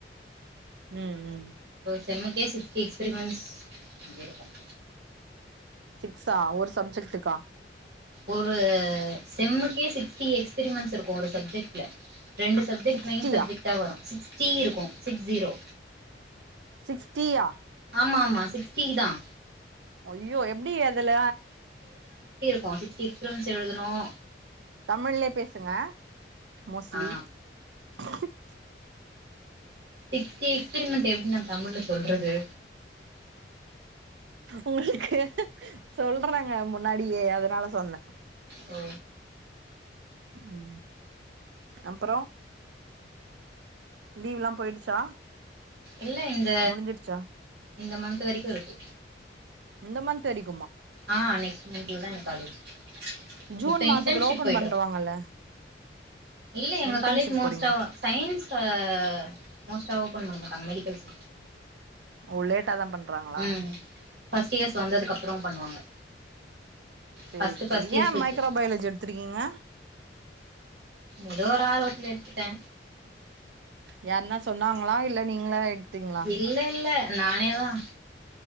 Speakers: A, on the right (about 80°); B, on the right (about 60°).
A: உம் உம்
B: செமக்கே சிக்ஸ்டி எக்ஸ்பிரிமென்ஸ் இருக்கும்
A: சிக்ஸா ஒரு சப்ஜெட்டுக்கா
B: ஒரு செம்முக்கே சிக்ஸ்டி எக்ஸ்பிரமென்ஸ் இருக்கும் ஒரு சப்ஜெட்ல ரெண்டு சப்ஜெட்
A: சிக்ஸ்டியா
B: மெயின் சப்ஜெட்டா வரும் சிக்ஸ்டி இருக்கும் சிக்ஸ் ஜீரோ
A: சிக்ஸ்ட்டீயா
B: ஆமா ஆமா சிக்ஸ்டி தான்
A: அய்யோ எப்டி அதுல
B: கும் சிக்ஸ்டி எக்ஸ்பிமென்ஸ் எழுதணும்
A: தமிழ்லயே பேசுங்க மோஸ்ட்லி
B: ஆ
A: <inaudible>
B: சிக்டி எக்ஸ்பிரமெண்ட் எப்டி நா தமிழ்ல சொல்றது
A: உங்களுக்கு சொல்றாங்க முன்னாடியே அதனால சொன்னேன்
B: ஓ
A: உம் அப்பறம் லீவ் எல்லாம் போயிடுச்சா
B: இல்ல இந்த
A: முடிஞ்சிடுச்சா
B: இந்த மந்த் வரைக்கும் இருக்கு
A: இந்த மந்த் வரைக்கும்
B: ஆஹ் நெக்ஸ்ட் மந்த்லதா காலேஜ் ப
A: ஜூன்
B: இப்ப
A: மாசத்துல
B: இன்டர்ன்ஷிப்
A: ஓபன்
B: போய்ட்டு
A: பண்றவாங்கல்ல
B: இருக்க இல்ல எங்க
A: இன்டர்ன்ஷிப்
B: காலேஜ் மோஸ்டா
A: போறீங்களா
B: ஆ சயின்ஸ் ஆஹ் மோஸ்ட்டா ஓப்பன் பண்ண மாட்டாங்க மெடிக்கல்ஸ்
A: உள்ளேன் டாதான் பண்றாங்களா
B: ம் ஃபர்ஸ்ட் இயர்ஸ் வந்ததுக்கப்றோ பண்ணுவாங்க
A: சேரி
B: ஃபர்ஸ்ட்டு ஃபர்ஸ்ட்
A: சேரி
B: இயர்ஸ்க்கு
A: ஏன் மைக்ரோபயாலஜி எடுத்துருக்கீங்க
B: ஏதோ ஒரு ஆர்வத்துல எடுத்துட்டேன்
A: யாருன்னா சொன்னாங்களா இல்ல நீங்களா எடுத்தீங்களா
B: இல்ல இல்ல நானே தான்